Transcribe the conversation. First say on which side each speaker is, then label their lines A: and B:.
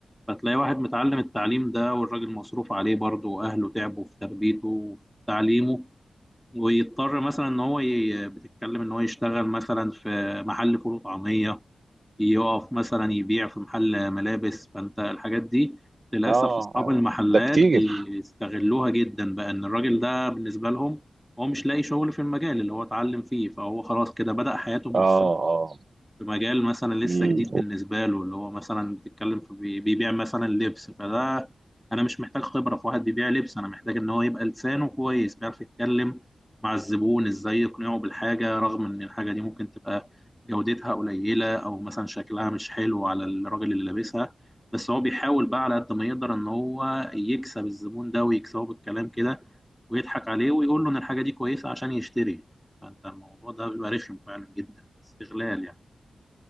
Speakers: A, in the centre; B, on the right.
A: فتلاقي واحد متعلم التعليم ده والراجل مصروف عليه برضه وأهله تعبوا في تربيته وفي تعليمه ويضطر مثلا إن هو ي... بتتكلم إن هو يشتغل مثلا في محل فول وطعمية يقف مثلا يبيع في محل ملابس فأنت الحاجات دي للأسف
B: اه
A: أصحاب
B: اه
A: المحلات
B: ده كتير
A: بيستغلوها جدا بقى إن الراجل ده بالنسبة لهم هو مش لاقي شغل في المجال اللي هو اتعلم فيه فهو خلاص كده بدأ حياته من
B: اه
A: الصفر
B: اه
A: في مجال مثلا لسه
B: مم.
A: جديد بالنسبة له اللي هو مثلا بتتكلم في بي- بيبيع مثلا لبس فده أنا مش محتاج خبرة في واحد بيبيع لبس أنا محتاج إن هو يبقى لسانه كويس بيعرف يتكلم مع الزبون إزاي يقنعه بالحاجة رغم إن الحاجة دي ممكن تبقى جودتها قليلة أو مثلا شكلها مش حلو على الراجل اللي لابسها بس هو بيحاول بقى على قد ما يقدر إن هو يكسب الزبون ده ويكسبه بالكلام كده ويضحك عليه ويقول له إن الحاجة دي كويسة عشان يشتري فأنت الموضوع ده بيبقى رخم فعلا جدا استغلال يعني